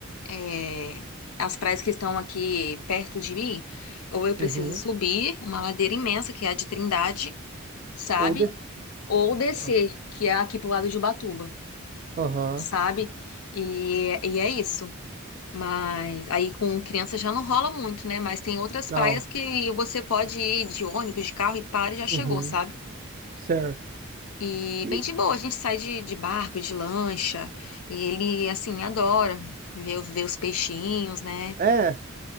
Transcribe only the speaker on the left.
é, as praias que estão aqui perto de mim, ou eu preciso
subir uma ladeira imensa, que é a de Trindade, sabe?
Ou descer,
que é aqui pro lado de Ubatuba,
sabe? E, e é isso. Mas aí com criança já não rola muito, né? Mas tem outras
praias que você pode ir de ônibus, de carro e para e já chegou,
sabe?
E
bem de boa, a gente sai de, de barco, de lancha, e ele, assim, adora ver, os- ver os peixinhos, né?